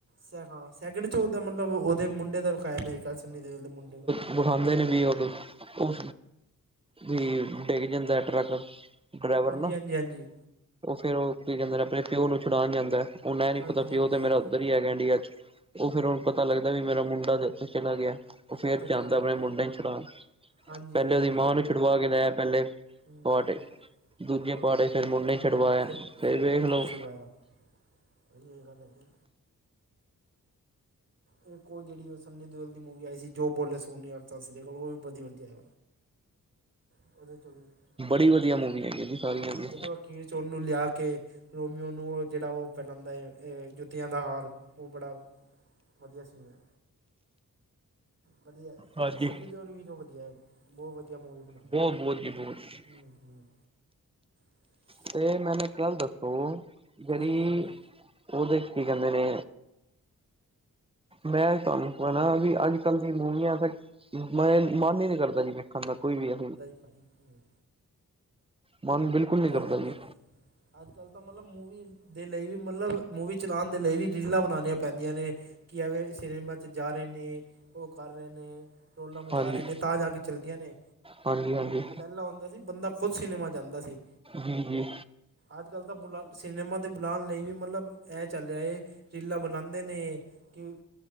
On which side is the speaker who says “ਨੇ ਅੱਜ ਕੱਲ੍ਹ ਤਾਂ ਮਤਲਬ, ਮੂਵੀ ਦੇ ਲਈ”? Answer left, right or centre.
Right